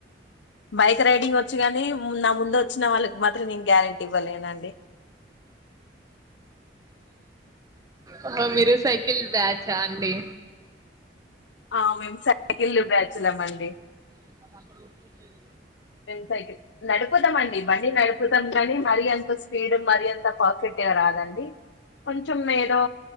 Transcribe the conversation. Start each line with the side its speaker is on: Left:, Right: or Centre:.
Left: బైక్ రైడింగ్ వచ్చి గాని నా ముందు వచ్చిన వాళ్ళకి మాత్రం నేను గ్యారంటీ ఇవ్వలేనండి
Right: అమ్మ మీరు సైకిల్ బ్యాచ్ అండి
Left: ఆ మేము సైకిల్ బ్యాచిలమండి
Right: <inaudible>
Left: మేము సైకిల్ నడుపుతామండి బండి నడుపుతాం గానీ మరి అంత స్పీడ్ మరి అంత ఫర్ఫెక్ట్ గా రాదండి కొంచెం ఏదో